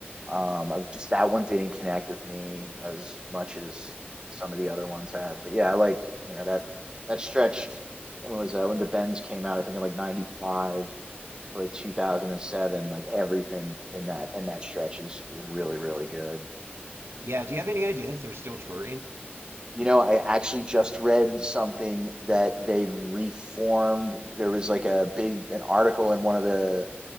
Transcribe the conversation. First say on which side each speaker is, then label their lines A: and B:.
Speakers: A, on the right; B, on the right.
A: Um, I just that one didn't connect with me as much as some of the other ones have. But yeah, I like, you know, that that stretch when was uh, when the Bends came out, I think in like 95 to like 2007, like everything in that in that stretch is is really, really good.
B: yeah, do you have any idea if they're still touring?
A: You know, I actually just read something that they reformed. There was like a big an article in one of the